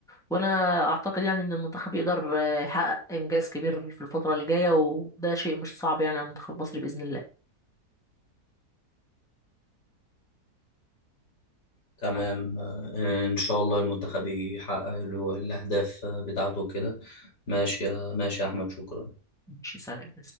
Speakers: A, in the centre; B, on the left (about 85°).
A: وانا اعتقد يعني ان المنتخب يقدر آه، يحقق انجاز كبير في الفتره الجايه وده شيء مش صعب يعني على المنتخب المصري باذن الله
B: تمام آه، ان شاء الله المنتخب يحقق له الاهداف آه، بتاعته كده ماشي يا ماشي يا احمد شكرا
A: ماشي سلام